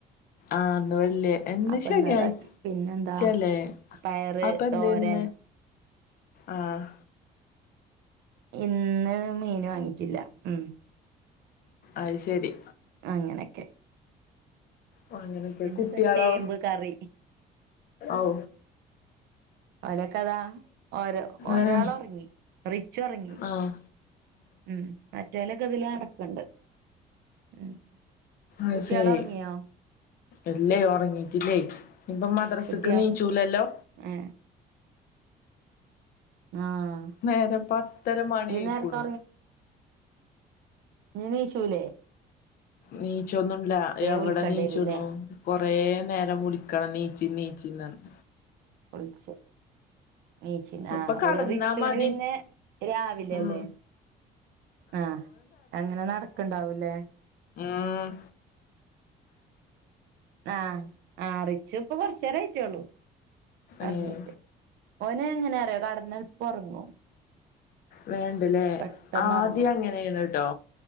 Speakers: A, on the left (about 60°); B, on the right (about 80°).
A: ആഹാ ഒന്നുമില്ല ഇന്ന്
B: അപ്പൊ
A: ശനിയാഴ്ച്ചല്ലേ
B: ഇന്നതാക്കി പിന്നെന്താ പയറ്
A: അപ്പ എന്തേ
B: തോരൻ
A: ഇന്ന് ആഹ്
B: ഇന്ന് മീന് വാങ്ങിട്ടില്ല ഉം
A: ആയിശേരി
B: അങ്ങനെയൊക്കെ
A: ഓ അങ്ങനെയൊക്കെ
B: പിന്നെന്താ
A: കുട്ട്യാളോ
B: ചേമ്പ് കറി
A: ഔ
B: ഓലോക്കാത്ത ഓരോ ഒരാള്
A: ഏഹ്
B: ഉറങ്ങി റിച്ചു ഉറങ്ങി
A: ആഹ്
B: ഉം മറ്റോലൊക്കെ ഇതിലെ നടക്ക്ണ്ട് ഉം
A: അത്
B: കുട്ട്യാള്
A: ശരി
B: ഒറങ്ങിയോ
A: ഇല്ലേ ഒറങ്ങട്ടില്ലേ ഇനിപ്പ മദ്രസക്ക്
B: കുട്ടിയാള്
A: നീച്ചൂലല്ലോ
B: ഏ ആഹ്
A: നേരം പത്തര മണി
B: ഈ
A: ആയിക്കൂണു
B: നേരത്തെ ഇനി നീച്ചൂലെ
A: നീച്ചൊന്നും ഇല്ല എവിടെ
B: വിളിക്കേണ്ടി
A: നീച്ചണു
B: വരുംല്ലേ
A: കൊറേ നേരം വുളിക്കണം നീച്ചീ നീച്ചീ നർഞ്ഞ്
B: വുള്ച്ചെ നീചിനാ
A: ഇപ്പൊ
B: ആ അവിടെ
A: കടന്നാ
B: റിച്ചുന്
A: മതി
B: പിന്നെ രാവിലെ
A: ഉം
B: അല്ലെ ആഹ് അങ്ങനെ നടക്ക് ഇണ്ടാവുല്ലേ
A: ആഹ്
B: ആഹ് ആ റിച്ചു ഇപ്പൊ കൊറച്ച് നേരം ആയിട്ടെള്ളൂ ഒറങ്ങിട്ട്
A: ഏഹ്
B: ഓന് എങ്ങനെ അറിയോ കടന്നെളപ്പം ഒറങ്ങും
A: വേണ്ടല്ലേ
B: പെട്ടെന്ന്
A: ആദ്യം
B: ഒറങ്ങും
A: അങ്ങനെയാര്ന്ന് ട്ടോ